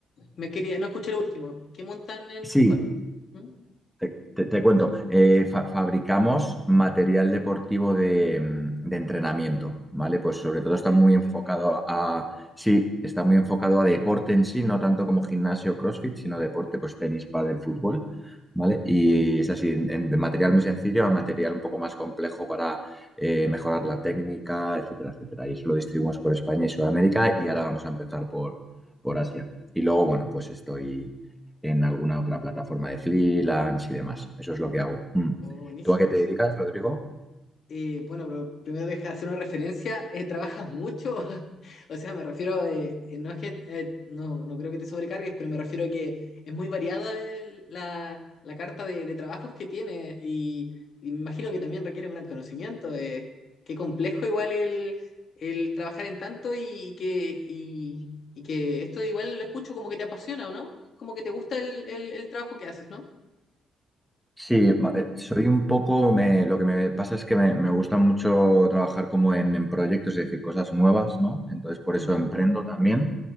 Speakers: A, on the left; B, in the centre.
A: me quería, no escuché lo último. ¿Qué montan en
B: Sí,
A: cu- ¿Mm?
B: Te, te- te cuento, eh, fa- fabricamos material deportivo de, mm, de entrenamiento, ¿vale? Pues sobre todo
A: material
B: está muy
A: deportivo
B: enfocado
A: de entrenamiento?
B: a, sí, está muy enfocado a deporte en sí, no tanto como gimnasio o CrossFit, sino deporte, pues tenis, pádel, fútbol, ¿vale? Y es así, en- en- de material muy sencillo a material un poco más complejo para eh, mejorar la técnica, etcétera, etcétera. Y eso lo distribuimos por España y Sudamérica y ahora vamos a empezar por, por Asia. Y luego, bueno, pues estoy en alguna otra plataforma de freelance y demás. Eso es lo que hago. Mm.
A: Oh, buenísimos.
B: ¿Tú a qué te dedicas, Rodrigo?
A: Eh, bueno, pero primero deja hacer una referencia. eh, ¿trabajas mucho? <laughs> O sea, me refiero, eh, eh, no es que, eh, no, no creo que te sobrecargues, pero me refiero a que es muy variada el- la, la carta de, de trabajos que tiene y, y me imagino que también requiere un gran conocimiento. eh, qué complejo igual el, el trabajar en tanto y que, y, y que esto igual lo escucho como que te apasiona, ¿o no? Como que te gusta el, el- el trabajo que haces, ¿no?
B: Sí, ma- eh, soy un poco, me- lo que me pasa es que me, me gusta mucho trabajar como en, en proyectos, es decir, cosas nuevas, ¿no? Entonces por
A: Ujú,
B: eso emprendo también.